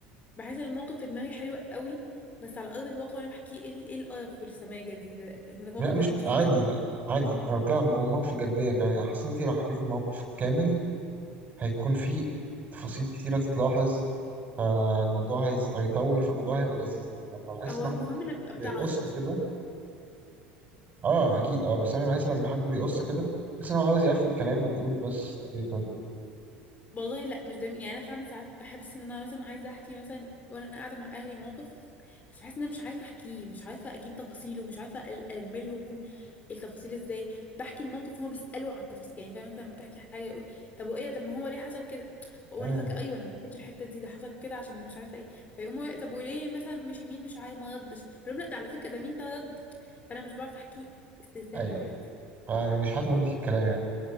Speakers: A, on the left; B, on the right.
A: بحس إن الموقف في دماغي حلو قوي بس على ارض الواقع وانا بحكيه ايه ال- ايه القرف والسماجه دي ده <laughs> الموقف
B: لا مش
A: ده متقيل
B: عادي
A: جدا
B: لا عادي انا بتكلم عن مواقف جدية كمان يعني حاسس ان انت لو حكيتي الموقف كامل هيكون في تفاصيل كتيرة تتلاحظ فالموضوع هيز- هيطول فالموضوع هيبقى لذيذ لكن لما بحس
A: هو
B: ان
A: المهم
B: حد
A: انك تبقى بتعرف
B: بيقص كده اه اكيد اه بس انا بحس لما حد بيقص كده بحس ان هو عاوز يقفل كلام وبيقول بس تأديت واجب
A: والله لا مش دايما يعني انا فعلا ساعات بحس ان انا مثلا عايزه احكي مثلا وانا قاعده مع اهلي موقف بس بحس ان انا مش عارفه احكيه مش عارفه اجيب تفاصيله مش عارفه أل- الملهم التفاصيل ازاي بحكي الموقف هما بيسالوا على التفاصيل يعني فاهم انت لما بتحكي حاجه يقول طب وايه ده؟ طب ما هو ليه حصل كده وانا
B: آه.
A: فاكره ايوه انا ما حكيتش الحته دي ده حصل كده عشان مش عارفه ايه فيقوموا طب وليه مثلا مش مين مش عارف ما ردش أقول لهم لا ده على فكره ده مين ده رد فانا مش بعرف احكي استرسال
B: ايوه
A: لوحدي
B: فبيشحتوا منك الكلام يعني